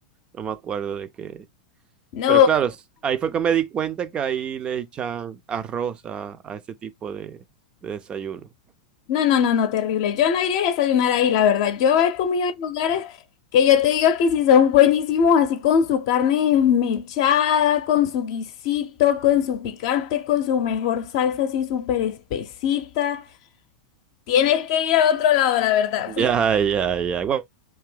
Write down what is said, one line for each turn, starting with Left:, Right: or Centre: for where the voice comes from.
Right: No me acuerdo de qué,
Left: para-
Right: Pero claro, s- ahí fue que me di cuenta que ahí le echan arroz a, a ese tipo de, de desayuno.
Left: No, no, no, no, terrible. Yo no iría a desayunar ahí, la verdad. Yo he comido en lugares que yo te digo que sí son buenísimos, así con su carne desmechada, con su guisito, con su picante, con su mejor salsa así súper espesita. Tienes que ir a otro lado, la verdad.
Right: Ya,
Left: Fui-
Right: ya, ya. Gua-